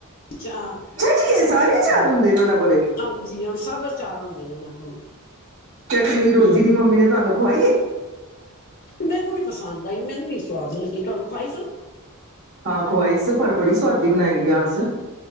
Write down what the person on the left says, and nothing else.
ਅੱਛਾ
ਸਭ
ਕੁਛ
ਹੋਂਦਾ
ਜੀ
ਹਾਂਜ ਜੀ ਹੁਣ ਸਭ ਅਚਾਰ ਹੁੰਦੇ ਨੇ ਉਹਨਾਂ ਕੋਲ।
ਹਮ
ਮੈਨੂੰ ਨੀ ਪਸੰਦ ਆਈ ਮੈਨੂੰ ਨੀ ਸਵਾਦ ਲਗੀ ਤੁਹਾਨੂੰ ਖਵਾਈ ਸੁ।